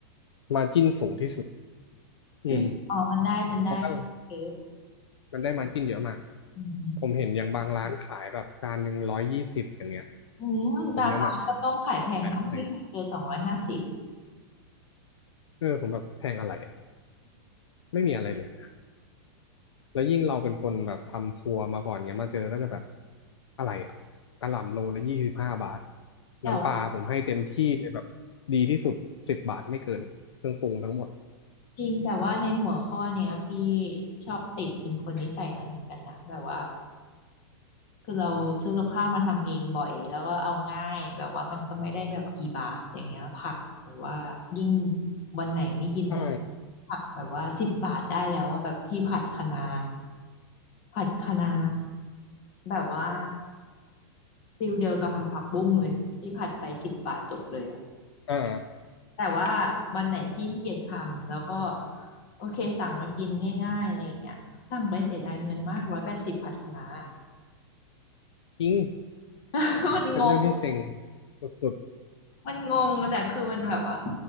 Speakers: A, on the left; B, on the left.
A: มาร์จิ้นสูงที่สุดอืม
B: จริงอ๋อมันได้มันได้
A: เพราะก็
B: เยอะ
A: มันได้มาร์จิ้นเยอะมาก
B: อืมอืม
A: ผมเห็นอย่างบางร้านขายแบบจานหนึ่งร้อยยี่สิบอย่างเงี้ย
B: อืมตามร้านข้าวต้มขายแพงมากพี่เคยเจอสองร้อยห้าสิบ
A: ผมยังแบบขายอะไรเออผมแบบแพงอะไรอะไม่มีอะไรเลย แล้วยิ่งเราเป็นคนแบบทำครัวมาก่อนเงี้ยมาเจอก็จะแบบอะไรอ่ะกะหล่ำโลละยี่สิบห้าบาท
B: แต่ว่า
A: น้ำปลาผมให้เต็มที่เลยแบบดีที่สุดสิบบาทไม่เกินเครื่องปรุงทั้งหมด
B: จริงแต่ว่าในหัวข้อเนี้ยพี่ชอบติดเป็นคนนิสัยนั้นเหมือนกันนะแบบว่า คือเราซื้อกับข้าวมาทำเองบ่อยแล้วก็เอาง่ายแบบว่ามันก็ไม่ได้แบบกี่บาทอย่างเงี้ยผักแบบว่ายิ่งวันไหนไม่กินเนื้อ
A: ใช่
B: ผักแบบว่าสิบบาทได้แล้วว่าแบบพี่ผัดคะน้าผัดคะน้าแบบว่าฟิลเดียวกับผัดผักบุ้งเลยพี่ผัดไปสิบบาทจบเลยอะ
A: อ่า
B: แต่ว่าวันไหนพี่ขี้เกียจทำแล้วก็โอเคสั่งมากินง่ายๆอะไรอย่างเงี้ยสั่งไปเสียดายเงินมากร้อยแปดสิบผัดคะน้า
A: จริง
B: <laughs> มันงง
A: เป็นเรื่องที่เซ็งสุด
B: มันงงแต่คือมันแบบว่า